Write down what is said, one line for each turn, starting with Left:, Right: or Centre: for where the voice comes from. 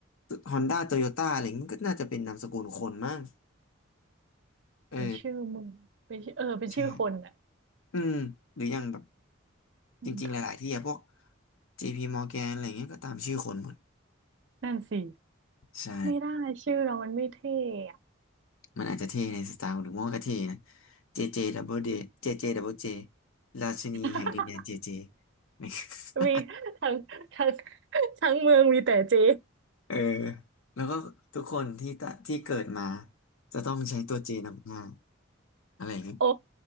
Left: ฮอนด้าโตโยต้าอะไรอย่างงี้มันก็น่าจะเป็นนามสกุลคนมากเออ
Right: เป็นชื่อเมึงเป็นชื่อเออเป็นชื่อคนอ่ะ
Left: ใช่อืมหรืออย่างแบบ
Right: อืม
Left: จริงๆหลายๆที่อะพวก JP Morgan อะไรเงี้ยก็ตามชื่อคนหมด
Right: นั่นสิ
Left: ใช่
Right: ไม่ได้ชื่อเรามันไม่เท่อะ
Left: มันอาจจะเท่ในสไตล์หรือว่าก็เท่นะ JJ Double J JJ Double J ราชินีแห่งดินแดน
Right: <laughs>
Left: JJ เจ <laughs>
Right: มีทั้งทั้งทั้งเมืองมีแต่เจ
Left: เออแล้วก็ทุกคนที่ตะที่เกิดมาจะต้องใช้ตัว J นำหน้าอะไรอย่างเงี้ย
Right: โอ้